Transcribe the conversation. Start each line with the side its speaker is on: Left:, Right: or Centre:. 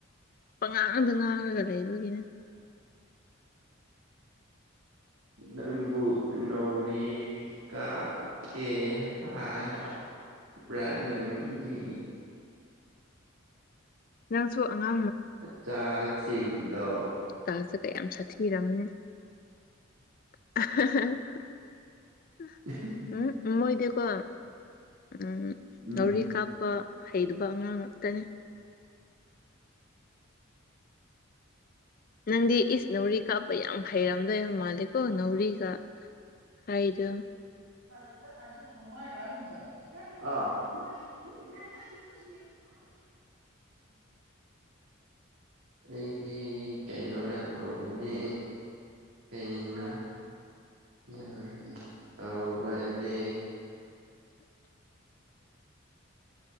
Left: ꯄꯉꯥꯡꯗ ꯉꯥꯡꯉꯒ ꯂꯩꯕꯒꯤꯅꯦ
Right: ꯅꯪꯕꯨ ꯅꯧꯔꯤ ꯀꯛꯀꯦ ꯍꯥꯏꯕ꯭ꯔꯥ ꯅꯪꯒꯤ
Left: ꯅꯪꯁꯨ ꯑꯉꯥꯡ
Right: ꯆꯥꯁꯤꯡꯗ
Left: ꯇꯥꯁ ꯀꯌꯥꯝ ꯁꯥꯊꯤꯔꯝꯅꯦ <unintelligible>
Right: <unintelligible>
Left: ꯎꯝ ꯃꯣꯏꯗꯤ ꯀꯣ ꯎꯝ
Right: ꯎꯝ
Left: ꯅꯧꯔꯤ ꯀꯞ ꯄꯥ ꯍꯩꯗꯨꯕ ꯑꯉꯥꯡ ꯉꯥꯛꯇꯅꯤ ꯅꯪꯗꯤ ꯏꯁ ꯅꯥꯎꯔꯤ ꯀꯥꯞꯄ ꯌꯥꯝ ꯍꯩꯔꯝꯗꯣꯏꯕ ꯃꯥꯜꯂꯦꯀꯣ ꯅꯥꯎꯔꯤꯒꯥ ꯍꯥꯏꯗꯣ
Right: <unintelligible> <unintelligible> ꯑꯩꯗꯤ ꯀꯩꯅꯣ ꯌꯥꯝ ꯇꯧꯕꯅꯦ ꯀꯩꯅꯣ ꯌꯥꯝ ꯇꯧꯕꯅꯦ